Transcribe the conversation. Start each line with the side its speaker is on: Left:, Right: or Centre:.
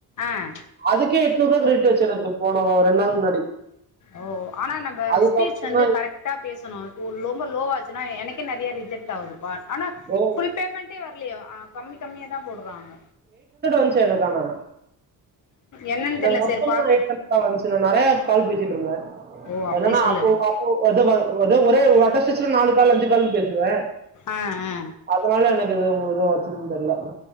Left: ஆ
Right: அதுக்கே எட்நூறு ரூவா கிரெடிட் ஆச்சு எனக்கு போன ரெண்ட் நாள் முன்னாடி
Left: ஓ ஆனா நம்ப
Right: அதுக்கப்புறம்
Left: ஸ்பீச் வந்து
Right: தான்
Left: கரெக்டா பேசணு ஒ லொம்ப லோவாச்சுனா எனக் கு நெறைய ரிஜெக்ட் ஆகுதுப்பா ஆனா
Right: ஓ
Left: ஃபுல் பேமெண்ட்டே வரலயே ஆ கம்மி கம்மியாதா போடறாங்க
Right: வந்ச்சு எனக்கு ஆனா
Left: என்னன்னு
Right: எனக்கு
Left: தெர்ல
Right: மொத்தமா
Left: சரி பாக்குற
Right: எயிட் ஹண்ரட்தா வந்ச்சு நா நெறையா கால் பேசிட்டு இருந்தே
Left: ஓ அப்டி
Right: இல்லன்னா
Left: சொல்லு
Right: அப்போ அப்போ அது ஒரே ஒரு வாட்ட ஆக்சுலா நாலு காலு அஞ்சு கால் பேசுவே
Left: ஆ ஆ
Right: அதனால எனக்கு இது எதுல ஆச்சுன்னு தெர்ல